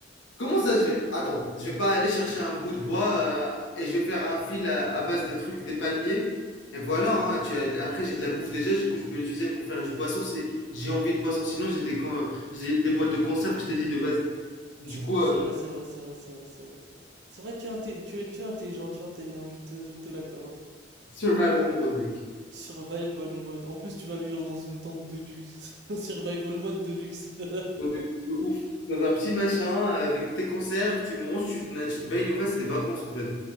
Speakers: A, on the left (about 85°); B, on the right (about 65°).
A: Comment ça, je vais... Attends, je vais pas aller chercher un bout de bois euh, et je vais faire un fil à, à base des trucs, des palmiers. Et voilà, hein, tu as- après j'ai de la bouffe déjà, du coup je peux l'utiliser pour faire du poisson si j'ai envie de poisson. Sinon j'ai des, con- j'ai des boîtes de conserve que je t'ai dit de base. Du
B: C'est vrai,
A: coup,
B: c'est
A: euh,
B: vrai, c'est vrai, c'est vrai, c'est vrai, c'est vrai. C'est vrai, tu es, inté- tu es, tu es intelligent, tu es intelligent, je te, je te l'accorde.
A: survival mode, mec.
B: Survival mode. En plus, tu vas vivre dans une tente de luxe. <laughs> Survival mode de luxe. <laughs>
A: Ouais, mais c'est de ouf. Dans un petit machin, euh, avec tes conserves, tu manges, tu te, na- tu te baignes, enfin, c'est des vacances en fait,